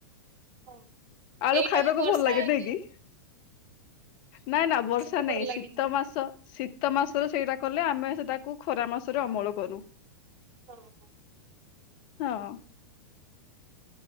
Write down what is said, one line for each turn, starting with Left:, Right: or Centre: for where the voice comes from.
Right: ହଁ
Left: ଆଳୁ
Right: ଏଇଟା
Left: ଖାଇବାକୁ
Right: ହିଁ ବର୍ଷା
Left: ଭଲ ଲାଗେ ନଁ
Right: ଟାଇମରେ
Left: କି? ନାଇଁ ନା ବର୍ଷା
Right: ସେତେ
Left: ନାଇଁ
Right: ଭଲ
Left: ଶୀତ
Right: ଲାଗେନି।
Left: ମାସ, ଶୀତ ମାସରେ ସେଇଟା କଲେ ଆମେ ସେଟାକୁ ଖରା ମାସରେ ଅମଳ କରୁ।
Right: ହଁ ହଁ।
Left: ହଁ।